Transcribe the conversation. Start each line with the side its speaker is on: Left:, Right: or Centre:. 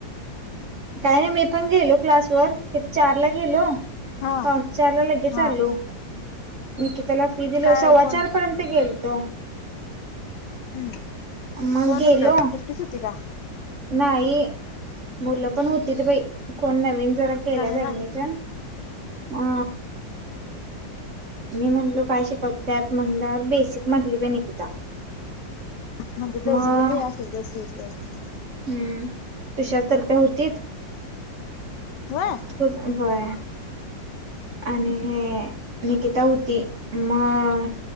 Right: काय नाही मी पण गेलो क्लासवर, किती चार ला गेलो.
Left: हा
Right: पम <unintelligible> चारला लगेच
Left: हा
Right: आलो म <unintelligible> त्याला फी दिल
Left: काय
Right: सवाचारपर्यंत
Left: कोण
Right: गेल. मतम
Left: हम्म
Right: <unintelligible> मग
Left: कोण
Right: गेलो
Left: होतं एकटीच होती का
Right: नाही बोला. पण होतेत बाई कोण नवीन जरा केल्यातं
Left: नवीन
Right: ऍडमिशन अ मी म्हटलो काय शिकत त्यात? म्हणलं बेसिक म्हटले बाई निकिता
Left: म्हणजे बेस
Right: मग
Left: पण हे असेल जशी इथे <unintelligible>
Right: हम्म तशातप्या होतीत
Left: होय
Right: <unintelligible> तक बर <unintelligible> आणि <unintelligible> निकिता होती, मग